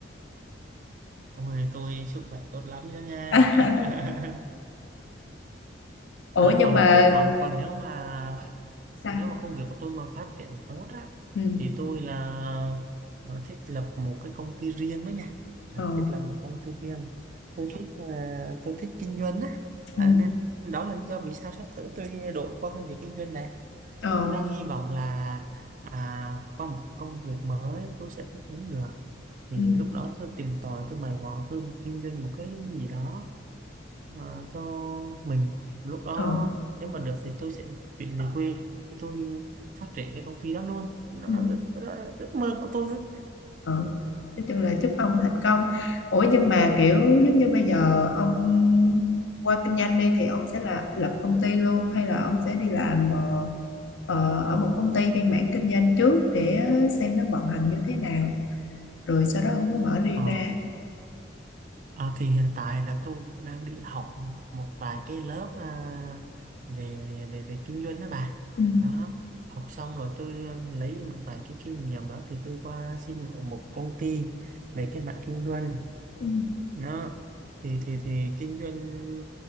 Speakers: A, on the right; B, on the left.
A: ôi tôi sức khỏe tốt lắm đó nha
B: <laughs>
A: <laughs>
B: ủa
A: À,
B: nhưng
A: còn
B: mà
A: còn còn nếu mà nếu
B: sao
A: mà công việc của tôi mà phát triển tốt á
B: ừ.
A: thì tôi là ờ, thích lập một cái công ty riêng đó nha à,
B: ờ
A: thích lập một công ty riêng tôi thích ờ, tôi thích kinh doanh á à,
B: ừ.
A: nên đó là lý do vì sao sắp tới tôi đổi qua công việc kinh doanh này
B: ờ
A: tôi cũng đang hy vọng là à, qua một công việc mới tôi sẽ thích ứng được thì
B: ừ.
A: lúc đó tôi tìm tòi tôi mày mò tôi kinh doanh một cái gì đó à, cho mình lúc đó
B: ờ
A: nếu mà được thì tôi sẽ chuyển về quê tôi phát triển cái công ty đó luôn nó
B: ừ.
A: là đó là ước mơ của tôi đó.
B: ừ. nói chung là chúc ông thành công ủa nhưng mà kiểu giống như bây giờ ông qua kinh doanh đi thì ông sẽ là lập công ty luôn hay là ông sẽ đi làm ờ, ờ, ở một công ty bên mảng kinh doanh trước để xem nó vận hành như thế nào rồi sau đó ông mới mở riêng
A: Ờ,
B: ra
A: à, thì hiện tại là tôi cũng đang đi học một vài cái lớp à, về về về kinh doanh đó bà
B: ừ
A: đó học xong rồi tôi lấy một vài cái kinh nghiệm đó thì tôi qua xin ở một công ty về cái mạng kinh doanh
B: ừ
A: nó thì thì thì kinh doanh